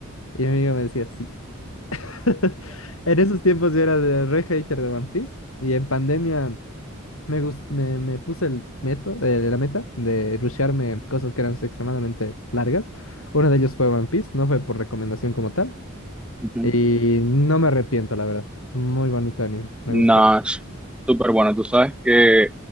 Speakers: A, on the left (about 70°); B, in the centre.
A: Y mi amigo me decía, sí. <laughs> En esos tiempos yo era de re hater de One Piece. Y en pandemia. Me, gus- me, me puse el meto, eh, la meta de rushearme cosas que eran extremadamente largas. Uno de ellos fue One Piece, no fue por recomendación como tal.
B: <laughs>
A: Y no me arrepiento, la verdad. Muy bonito anime, me
B: No,
A: gustó.
B: es súper bueno. Tú sabes que